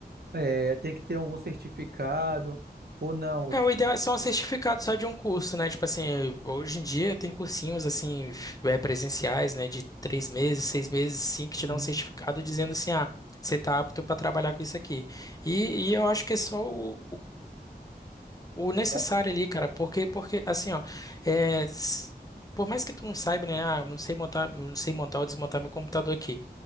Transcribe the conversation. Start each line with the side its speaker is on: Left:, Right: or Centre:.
Right: É, tem que ter algum certificado ou não?
Left: É, o ideal é só um certificado só de um curso, né? Tipo assim, hoje em dia tem cursinhos assim, é, presenciais, né? De três meses, seis meses, sim, que te
Right: Uhum.
Left: dão um certificado dizendo assim, ah, você tá apto para trabalhar com isso aqui. E, e eu acho que é só o, o o necessário
Right: Só-
Left: ali, cara, porque, porque assim, ó, é, s- por mais que tu não saiba, né? Ah, eu não sei montar, eu não sei montar ou desmontar meu computador aqui.